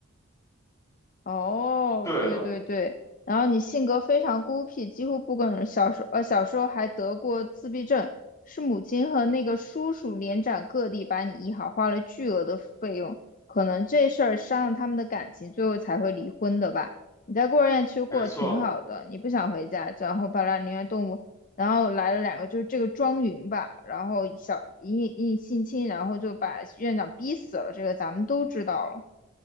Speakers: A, on the left; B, on the left.
A: 哦，
B: 对的，
A: 对对对，然后你性格非常孤僻，几乎不跟人。小时候，呃，小时候还得过自闭症，是母亲和那个叔叔连展各地把你医好，花了巨额的费用。可能这事儿伤了他们的感情，最后才会离婚的吧。你在孤儿院其实过得挺好的，
B: 没错，
A: 你不想回家，然后巴拉宁愿动物，然后来了两个，就是这个庄云吧，然后小一一性侵，然后就把院长逼死了，这个咱们都知道了。